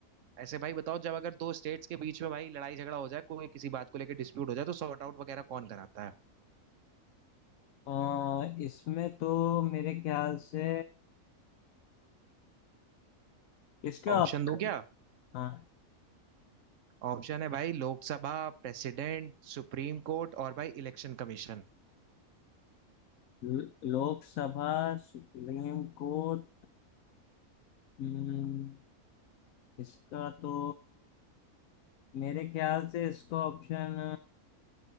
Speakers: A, on the right; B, on the left.
A: ऐसे भाई बताओ जब अगर दो स्टेट्स के बीच में भाई लड़ाई झगड़ा हो जाए कोई किसी बात को लेकर डिस्प्यूट हो जाए तो सॉर्ट आउट वगैरह कौन कराता है
B: अ, इसमें तो मेरे ख्याल से इसके आप
A: ऑप्शन दूं क्या
B: हाँ
A: ऑप्शन है भाई लोकसभा प्रेसिडेंट सुप्रीम कोर्ट और भाई इलेक्शन कमीशन
B: ल- लोकसभा सुप्रीम कोर्ट हम्म, इसका तो मेरे ख्याल से इसको ऑप्शन